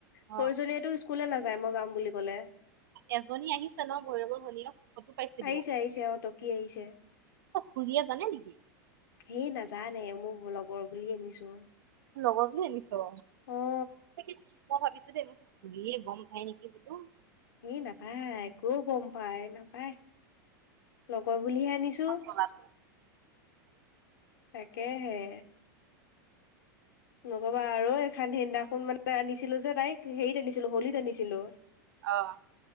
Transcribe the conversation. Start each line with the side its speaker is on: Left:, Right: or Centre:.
Left: সৰুজনীয়েতো
Right: অ',
Left: স্কুলে নাযায় মই যাম বুলি ক'লে।
Right: এজনী আহিছে ন' ভৈৰৱৰ ভনীয়েক। লগ পাইছিলো।
Left: আহিছে
Right: অ
Left: আহিছে টকি আহিছে
Right: খুৰীয়ে জানে নেকি?
Left: সেই নাজানে মোৰ লগৰ বুলি আনিছো।
Right: লগৰ বুলি আনিছ।
Left: অ
Right: তাকে মই ভাবিছো দেই, খুৰিয়ে গম পাই নেকি বোলো।
Left: এই নাপায়, ক'ত গম পায়, নাপায়। লগৰ বুলিহে আনিছো।
Right: ল আ <inaudible>
Left: তাকে'হে। নকবা আৰু সেইদিনাখন মানে আনিছিলো যে তাইক হেৰিত আনিছিলো হলীত আনিছিলো।
Right: অহ।